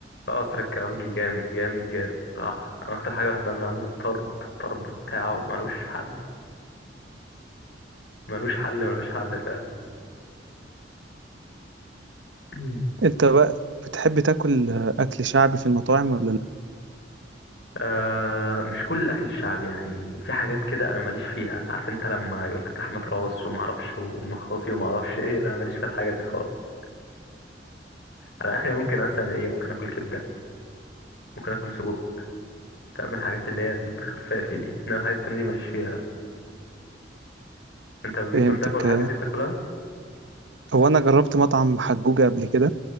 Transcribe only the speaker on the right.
انت بقى بتحب تاكل آه، اكل شعبي في المطاعم ولا لا
فهمتك
آه،
هو انا جربت مطعم حجوجه قبل كده